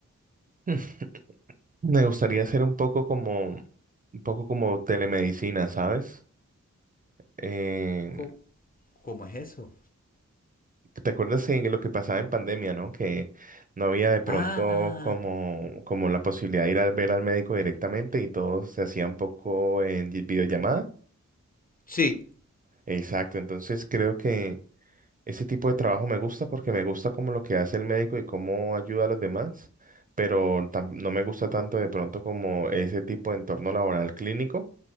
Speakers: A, on the right; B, on the left.
A: <laughs> me gustaría hacer un poco como, un poco como telemedicina, ¿sabes? Eh,
B: ¿Cómo, cómo es eso?
A: ¿Te acuerdas en lo que pasaba en pandemia, ¿no? Que no había de pronto
B: Ah,
A: como,
B: ah,
A: como la posibilidad de ir a ver al médico directamente y todo se hacía un poco en vi- videollamada.
B: Sí,
A: Exacto, entonces creo que ese tipo de trabajo me gusta porque me gusta como lo que hace el médico y cómo ayuda a los demás, pero tam- no me gusta tanto de pronto como ese tipo de entorno laboral clínico.